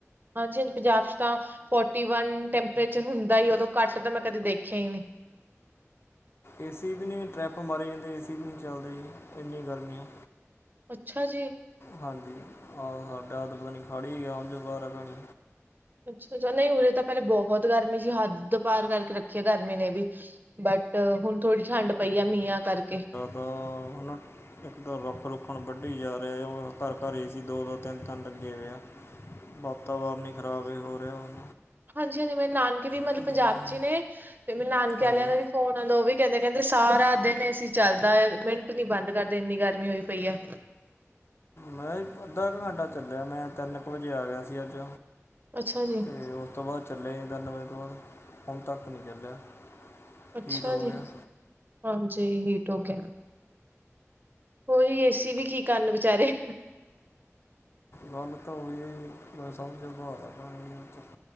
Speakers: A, on the right; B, on the left.
A: ਹਾਂਜੀ ਹਾਂਜੀ ਪੰਜਾਬ ਚ ਤਾਂ ਫੌਟੀ ਵਨ ਟੈਂਪਰੇਚਰ ਹੁੰਦਾ ਈ, ਉਦੋਂ ਘੱਟ ਤਾਂ ਮੈਂ ਕਦੇ ਦੇਖਿਆ ਹੀ ਨੀ।
B: ਏ ਸੀ ਵੀ ਨੀ, ਟਰਿਪ ਮਾਰੀ ਜਾਂਦੇ, ਏ ਸੀ ਵੀ ਨੀ ਚੱਲਦੇ ਜੀ। ਇੰਨੀ ਗਰਮੀ ਆ।
A: ਅੱਛਾ ਜੀ।
B: ਹਾਂਜੀ, ਆਹ ਹਾਡਾ ਤਾ ਪਤਾ ਨੀ ਖੜ ਈ ਗਿਆ। ਸਮਝੋ ਬਾਰ ਆ ਕਾਣੀ।
A: ਅੱਛਾ ਅੱਛਾ। ਨਹੀਂ ਉਰੇ ਤਾਂ ਪਹਿਲੇ ਬਹੁਤ ਗਰਮੀ ਸੀ। ਹੱਦ ਪਾਰ ਕਰਕੇ ਰੱਖੀ ਆ ਗਰਮੀ ਨੇ ਵੀ। ਬਟ ਹੁਣ ਥੋੜ੍ਹੀ ਠੰਡ ਪਈ ਆ ਮੀਆਂ ਕਰਕੇ।
B: ਆ ਹੁਨ ਓ ਇੱਕ ਤਾਂ ਰੁੱਖ ਰੁੱਖਣ ਵੱਢੀ ਜਾ ਰਏ ਆ, ਘਰ ਘਰ ਏ ਸੀ ਦੋ ਦੋ ਤਿੰਨ ਤਿੰਨ ਲੱਗੇ ਵੇ ਆ। ਵਾਤਾਵਰਨ ਈ ਖ਼ਰਾਬ ਏ ਹੋ ਰਿਹਾ ਹੁਣ।
A: ਹਾਂਜੀ ਹਾਂਜੀ ਮੇਰੇ ਨਾਨਕੇ ਵੀ ਮਤਲਬ
B: ਹਮ,
A: ਪੰਜਾਬ ਚ ਈ ਨੇ ਤੇ ਮੇਰੇ ਨਾਨਕੇ
B: ਹਾਂਜੀ
A: ਆਲਿਆਂ ਦਾ ਵੀ ਫੋਨ ਆਂਦਾ ਉਹ ਵੀ ਕਹਿੰਦੇ ਕਹਿੰਦੇ, ਸਾਰਾ ਦਿਨ ਏ ਸੀ ਚੱਲਦਾ, ਮਿੰਟ ਨੀ ਬੰਦ ਕਰਦੇ। ਇੰਨੀ ਗਰਮੀ ਹੋਈ ਪਈ ਆ।
B: ਮੈਂ ਏ ਅੱਧਾ ਕ ਘੰਟਾ ਚੱਲਿਆ, ਮੈਂ ਤਿੰਨ ਕ ਵਜੇ ਆ ਗਿਆ ਸੀ ਅੱਜ।
A: ਅੱਛਾ ਜੀ।
B: ਤੇ ਉਸ ਤੋਂ ਬਾਅਦ ਚੱਲਿਆ ਈ ਨੀ ਤਿੰਨ ਵਜੇ ਤੋਂ ਬਾਅਦ, ਹੁਣ ਤੱਕ ਨੀ ਚੱਲਿਆ।
A: ਅੱਛਾ
B: ਹੀਟ ਹੋ
A: ਜੀ,
B: ਗਿਆ
A: ਹਾਂਜੀ ਹੀਟ ਹੋ ਗਿਆ। ਉਹੀ ਏ ਸੀ ਵੀ ਕੀ ਕਰਨ ਵਿਚਾਰੇ।
B: ਗੱਲ ਤਾਂ ਉਹੀ ਹੀ ਜੀ, ਮੈਂ ਸਮਝੋ ਬਾਰ ਆ <unintelligible>